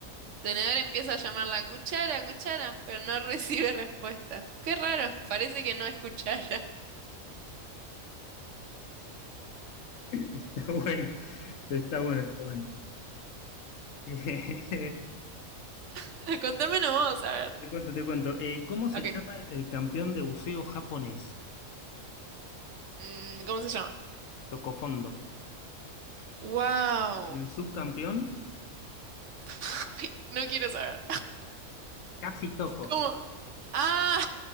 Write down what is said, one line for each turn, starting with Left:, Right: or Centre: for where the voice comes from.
Right: Tenedor empieza a llamarla cuchara, cuchara, pero no <laughs> recibe respuesta. Qué raro, parece que no es cuchara.
Left: Está bueno, está bueno, está bueno. <laughs>
Right: <laughs> Contámelo vos, a ver.
Left: Te cuento, te cuento. Eh, ¿cómo se
Right: Ok,
Left: llama el campeón de buceo japonés?
Right: mm, ¿cómo se llama?
Left: Tocó fondo.
Right: Wow.
Left: Y el subcampeón,
Right: <laughs> Ay, no quiero saber.
Left: casi toco.
Right: ¿Cómo? Ah,